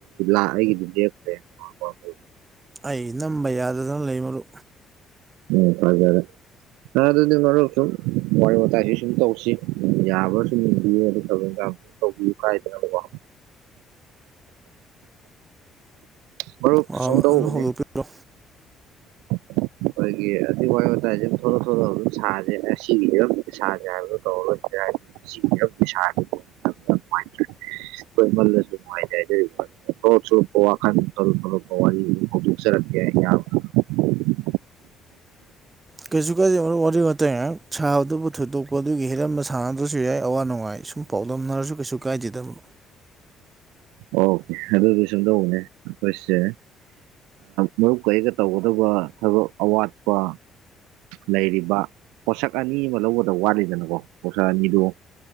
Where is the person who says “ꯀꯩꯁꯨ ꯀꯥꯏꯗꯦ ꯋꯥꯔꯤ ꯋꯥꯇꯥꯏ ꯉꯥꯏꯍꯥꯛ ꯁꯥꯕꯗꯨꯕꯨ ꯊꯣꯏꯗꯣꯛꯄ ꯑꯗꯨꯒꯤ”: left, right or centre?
Right